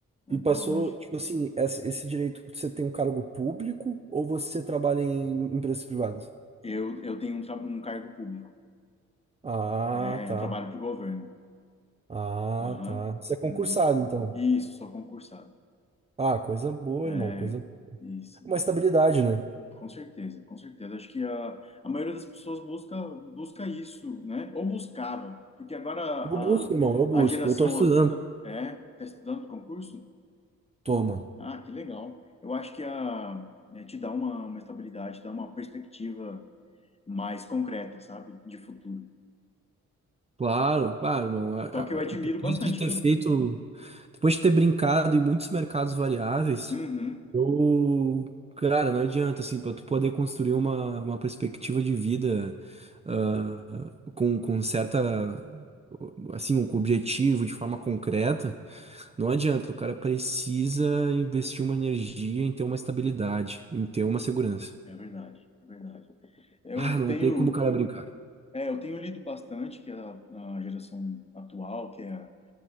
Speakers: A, on the left (about 15°); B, on the right (about 20°).
A: Até
B: E passou,
A: hoje.
B: tipo assim, essa- esse direito, você tem um cargo público ou você trabalha em empresas privadas?
A: Eu, eu tenho um, tra- um cargo público.
B: Ah,
A: É,
B: tá.
A: eu trabalho para o governo.
B: Ah,
A: Aham.
B: tá. Você é concursado,
A: Uhum.
B: então.
A: Isso, sou concursado.
B: Ah, coisa boa,
A: É,
B: irmão. Coisa...
A: isso.
B: Uma estabilidade, né?
A: Com certeza, com certeza. Acho que a, a maioria das pessoas busca, busca isso, né? Ou buscava, porque agora a,
B: Eu busco, irmão. Eu busco.
A: a geração
B: Eu tô estudando.
A: a- é, tá estudando pro concurso?
B: Toma.
A: Ah, que legal. Eu acho que a, é, te dá uma, uma estabilidade, dá uma perspectiva mais concreta, sabe? De futuro.
B: Claro, bah, irmão, a- a-
A: Só que eu admiro
B: depois
A: bastante
B: de ter
A: quem.
B: feito, depois de ter brincado em muitos mercados variáveis,
A: Uhum,
B: eu, cara, não adianta, assim, para tu poder construir uma, uma perspectiva de vida ah, com, com certa, assim, um objetivo de forma concreta, Não adianta, o cara precisa investir uma energia em ter uma estabilidade, em ter uma segurança.
A: é verdade, é verdade. Eu
B: Ah, não
A: tenho,
B: tem como o cara brincar.
A: é, eu tenho lido bastante que a, a geração atual, que é